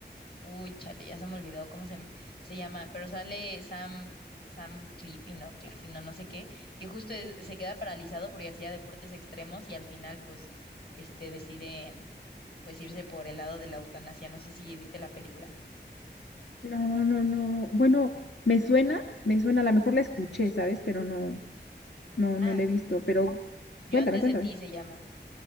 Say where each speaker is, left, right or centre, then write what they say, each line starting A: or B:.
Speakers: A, on the left (about 60°); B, on the left (about 75°).
A: Uy, chale, ya se me olvidó cómo se, m- se llama, pero sale Sam, Sam Cliffy, ¿no? Claffy, no, no sé qué, que justo es- se queda paralizado porque hacía deportes extremos y al final, pues, este, decide, pues, irse por el lado de la eutanasia. No sé si viste la película.
B: Mm, mm. No, no, no. Bueno, me suena, me suena, a lo mejor la escuché, ¿sabes? Pero no. No,
A: Ah,
B: no le he visto, pero
A: Yo
B: cuéntame,
A: antes
B: cuéntame.
A: de ti se llama,